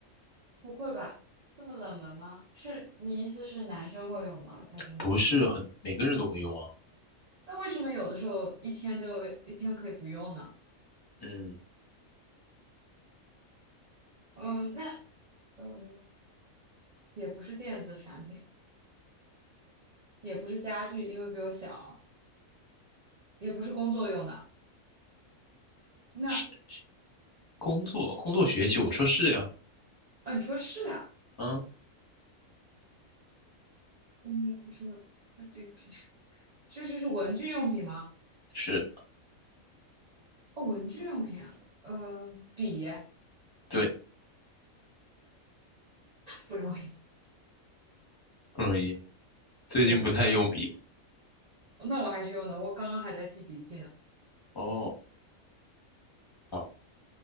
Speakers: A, on the right; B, on the left.
A: 不会吧？这么冷门吗？是你意思是男生会用吗？还是？
B: 不是很，每个人都会用啊。
A: 那为什么有的时候一天都一天可以不用呢？
B: 嗯，
A: 嗯，那嗯，也不是电子产品，也不是家具，因为比我小，也不是工作用的。那
B: 是工作工作学习，我说是呀、
A: 啊，你说是啊？
B: 啊。
A: 嗯，什么？比较。这是是文具用品吗？
B: 是，
A: 哦，文具用品啊，呃，笔
B: 对，
A: 不容易，
B: 不容易。最近不太用笔。
A: 不容易。那我还是用的，我刚刚还在记笔记呢。
B: 哦，好，